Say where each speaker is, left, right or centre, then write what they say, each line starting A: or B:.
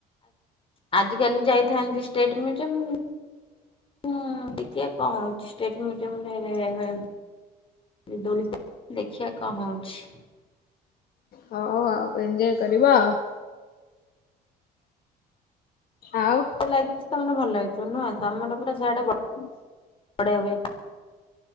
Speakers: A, on the left (about 30°); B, on the left (about 60°).
A: ଆଜ କାଲି ଯାଇଥାନ୍ତି ଷ୍ଟେଟ ମିଉଜିୟମ ଦେଖ ହ ଷ୍ଟେଟ ମିଜୟମ ରେ ବି ଦୋଳି ଦେଖିବା କଣ ହଉଛି।
B: ହଉ ଆଉ ଏଞ୍ଜୟ କରିବ ଆଉ। ଆଉ
A: ଲାଗିଛି ତମର ଭଲ ହେଇଥିବ ନୁହଁ ତମର ପୁରା ସିଆଡେ
B: ହୁଁ।
A: <unintelligible>